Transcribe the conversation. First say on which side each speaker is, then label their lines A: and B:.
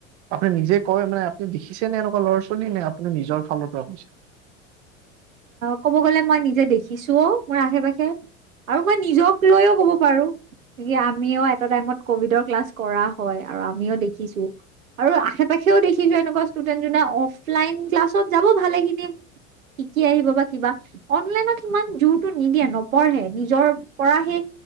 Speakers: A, on the right; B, on the right.
A: আপুনি নিজে কয় মানে আপুনি দেখিছে নে এনেকোৱা ল'ৰা ছোৱালী নে আপুনি নিজৰ ফালৰ পৰা কৈছে
B: ক'ব গলে মই নিজে দেখিছোও মোৰ আশে পাশে আৰু মই নিজক লৈও ক'ব পাৰো আমিও এটা টাইমত কভিডৰ ক্লাছ কৰা হয় আৰু আমিও দেখিছো আৰু আশে পাশেও দেখিছো এনেকোৱা ষ্টুডেণ্ট যোনে অফলাইন ক্লাছত যাব ভালেকেইদিন শিকি আহিব বা কিবা অনলাইনত সিমান জোৰটো নিদিয়ে নপঢ়ে নিজৰ পৰা সেই